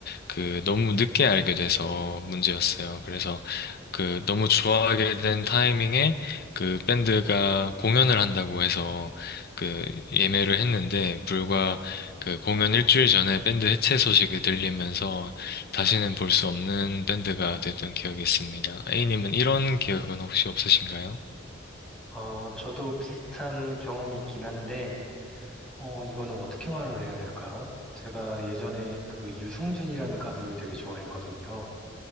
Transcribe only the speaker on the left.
그 너무 늦게 알게 돼서 문제였어요. 그래서 그 너무 좋아하게 된 타이밍에 그 밴드가 공연을 한다고 해서 그 예매를 했는데 불과 그 공연 일주일 전에 밴드 해체 소식이 들리면서 다시는 볼 수 없는 밴드가 됐던 기억이 있습니다. A님은 이런 기억은 혹시 없으신가요?